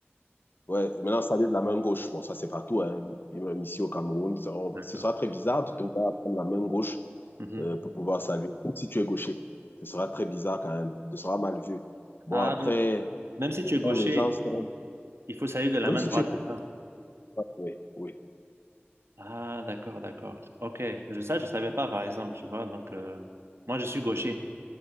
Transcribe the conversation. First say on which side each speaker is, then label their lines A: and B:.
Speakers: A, on the left; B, on the right.
A: Ouais, maintenant, ça vient de la main gauche. Bon, ça, c'est partout, hein. Puis Même ici au Cameroun, ça- on-
B: d'accord.
A: ce sera très bizarre de te voir prendre la main gauche
B: Mhm.
A: euh, pour pouvoir saluer, même si tu es gaucher. Ce sera très bizarre quand même. Ce sera mal vu. Bon,
B: Ah,
A: après,
B: donc, même si tu es gaucher,
A: bon, les gens
B: il
A: sont...
B: faut il faut saluer de la
A: Même
B: main
A: si
B: droite,
A: tu es gaucher,
B: c'est ça?
A: oui, oui.
B: Ah, d'accord, d'accord. Ok. Je, ça, je savais pas, par exemple, tu vois. Donc, euh, moi, je suis gaucher.